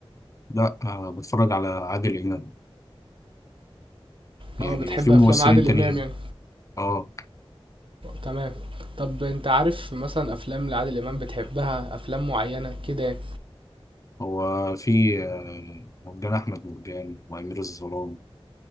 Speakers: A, on the left; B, on the right.
A: لا آه بتفرج على عادل امام يعني
B: اه بتحب
A: وفي ممثلين
B: افلام عادل
A: تانيين
B: امام يعني
A: اه
B: تمام طب انت عارف مثلا افلام لعادل امام بتحبها افلام معينة كده يعني
A: هو في آه مرجان احمد مرجان وامير الظلام